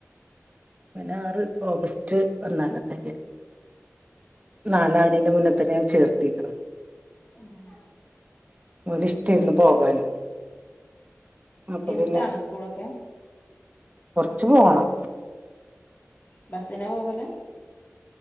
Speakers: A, on the right (about 30°); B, on the left (about 35°).
A: ഇവനാറ് ഓഗസ്റ്റ് വന്നാലാ തെകയാ നാലാക്ണീന്റെ മുന്നേ തന്നെ ഞാൻ ചേർത്തിക്ക്ണ്
B: ഉം
A: ഇഓന്ഷ്ടയ്ക്ക്ണ് പോകാന് അപ്പൊ
B: എരുത്താണോ
A: പിന്നെ
B: സ്കൂളൊക്കെ
A: ച്ച് പോണം
B: ബസ്സിനാ പോകല്